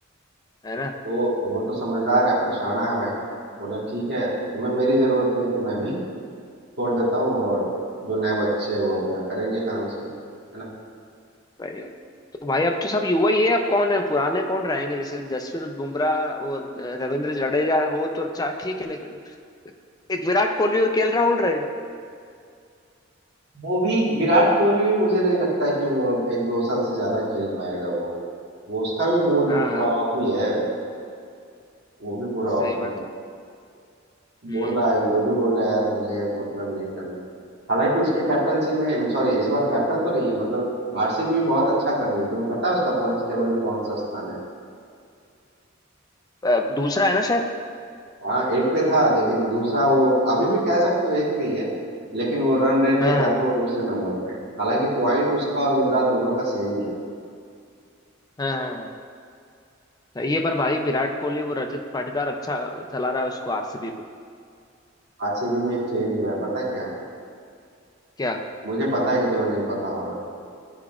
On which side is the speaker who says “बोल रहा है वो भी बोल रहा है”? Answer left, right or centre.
Right